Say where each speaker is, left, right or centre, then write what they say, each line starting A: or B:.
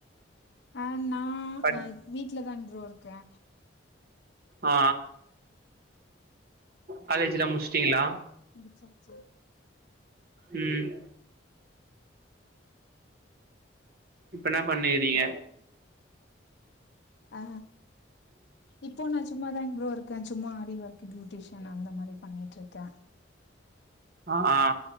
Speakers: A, on the left; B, on the right.
A: அ நா
B: பட்
A: அ வீட்லதாங் ப்ரோ இருக்க
B: ஆ காலேஜ்ல்லா முடுச்சுட்டீங்ளா
A: முட்சாச்சு
B: ம் இப்பென்னா பண்ணிறீங்க
A: ஆ இப்போ நா சும்மாதாங் ப்ரோ இருக் க சும்மா ஆரி ஒர்க் பியூட்டிஷியன் அந்த மாரி பண்ணிட்ருக்க
B: ஆ